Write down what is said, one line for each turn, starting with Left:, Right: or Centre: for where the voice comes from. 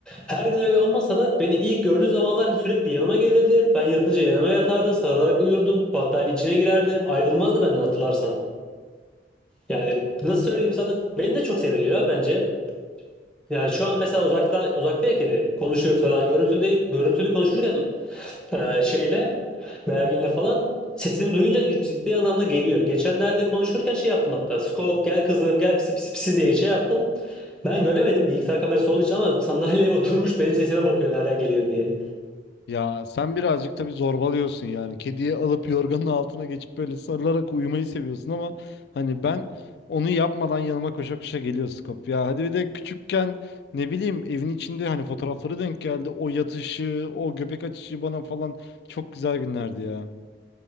Centre: Her gün öyle olmasa da beni ilk gördüğü zamanlar sürekli yanıma gelirdi. Ben yatınca yanıma yatardı, sarılarak uyurdum, battaniye içine girerdi. Ayrılmazdı benden hatırlarsan. Yani nasıl söyleyeyim sana beni de çok seviyor ya bence. Yani şu an mesela uzakta uzakta ya kedi. Konuşuyoruz falan. Görüntülü görüntülü konuşurken e, şeyle verginle falan sesimi duyunca ciddi anlamda geliyor. Geçenlerde konuşurken şey yaptım hatta. Skop gel kızım gel pisi pisi pisi diye şey yaptım. Ben göremedim bilgisayar kamerası olduğu için ama sandalyeye <laughs> oturmuş benim sesime bakıyor nereden geliyor diye.
Left: Ya sen birazcık tabii zorbalıyorsun yani. Kediyi alıp yorganın altına geçip böyle sarılarak uyumayı seviyorsun ama hani ben onu yapmadan yanıma koşa koşa geliyor Skop. Ya hadi bir de küçükken ne bileyim evin içinde hani fotoğrafları denk geldi. O yatışı, o göbek açışı bana falan çok güzel günlerdi ya.